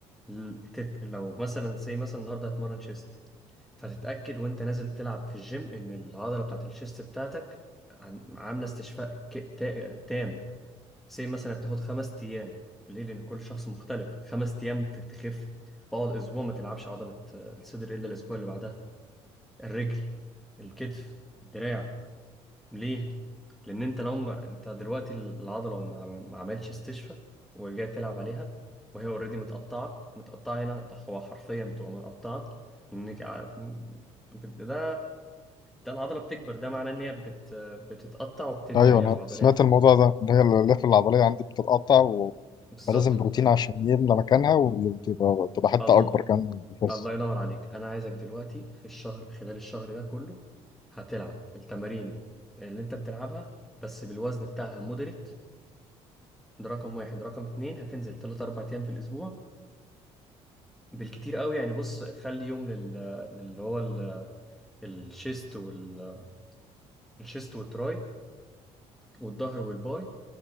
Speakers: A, in the centre; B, on the left.
A: ل- تت... لو مثلا سي مثلا النهاردة هتمرن شيست فتتأكد وأنت نازل تلعب في الجيم إن العضلة بتاعة الشيست بتاعتك عن- عاملة استشفاء ك... تا... تام سي مثلا بتاخد خمس أيام ليه؟ لأن كل شخص مختلف خمس أيام ت- تخف اقعد أسبوع ما تلعبش عضلة آه، الصدر إلا الأسبوع اللي بعدها الرجل الكتف الدراع ليه؟ لان انت لو ما انت دلوقتي العضله ما عم- ما عملش استشفاء ورجعت تلعب عليها وهي اوريدي متقطعه متقطعه هنا هو حرفيا بتبقى متقطعه انك ع- بت- ده ده العضله بتكبر ده معناه ان هي بت... بتتقطع وبتبني
B: ايوه
A: الياف
B: انا
A: عضليه
B: سمعت
A: جديده
B: الموضوع ده ان هي الالياف العضليه عندي بتتقطع و...
A: بالظبط
B: فلازم بروتين
A: وبتت...
B: عشان يملى مكانها وتبقى تبقى حته
A: الله
B: اكبر كمان من الاساس
A: الله ينور عليك انا عايزك دلوقتي في الشهر خلال الشهر ده كله هتلعب التمارين اللي انت بتلعبها بس بالوزن بتاعها مودريت ده رقم واحد رقم اتنين هتنزل تلات أربع أيام في الأسبوع بالكتير قوي يعني بص خلي يوم لل... للي هو ال... الشيست وال... الشيست والتراي والظهر والباي